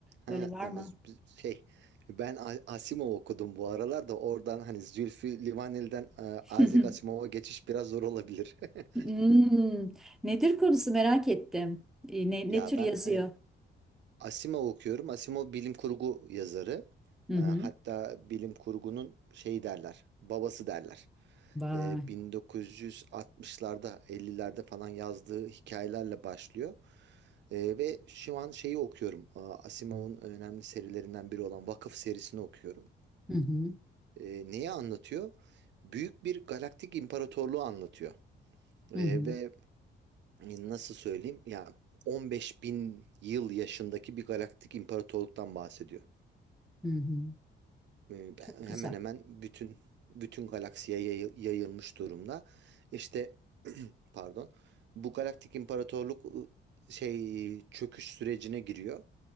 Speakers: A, on the right (about 65°); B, in the centre.
A: Ha
B: Böyle var
A: ama
B: mı?
A: z- biz- şey ben A- Asimov okudum bu aralar da oradan hani Zülfü Livaneli'den e,
B: <laughs>
A: Isaac Asimov'a geçiş biraz zor olabilir.
B: Hmm,
A: <laughs>
B: Nedir konusu merak ettim. E, Ne,
A: Ya
B: ne tür
A: ben
B: yazıyor?
A: Asimov okuyorum. Asimov bilim kurgu yazarı.
B: Hı
A: Ee,
B: hı.
A: Hatta bilim kurgunun şey derler, babası derler.
B: Vay.
A: Ee, 1960'larda, 50'lerde falan yazdığı hikayelerle başlıyor. Ee, ve şu an şeyi okuyorum. Aa, Asimov'un önemli serilerinden biri olan Vakıf serisini okuyorum.
B: Hı hı.
A: Ee, neyi anlatıyor? Büyük bir galaktik imparatorluğu anlatıyor. Ee,
B: Hı hı.
A: ve e, nasıl söyleyeyim? Ya 15 bin yıl yaşındaki bir galaktik imparatorluktan bahsediyor.
B: Hı hı.
A: E, ben-
B: Çok
A: hemen
B: güzel.
A: hemen bütün bütün galaksiye yayı- yayılmış durumda. İşte pardon. Bu galaktik imparatorluk e, şey çöküş sürecine giriyor.